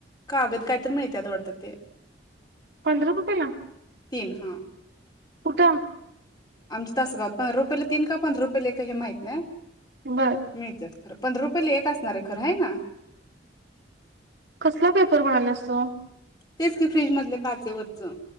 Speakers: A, on the left; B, on the right.
A: कागद काहीतर मिळतात वाटत ते.
B: पंधरा रुपयला
A: तीन हा
B: कुठं?
A: आमच्या तासगावात बारा रुपयाला तीन का पंधरा रुपयाला एक हे माहित नाही.
B: बर.
A: मिळत्यात खरं. पंधरा रुपयाला एक असणार आहे खरं आहे ना.
B: कसला पेपर म्हणाल्यास तू?
A: तेच की फ्रीज मधले काचेवरचं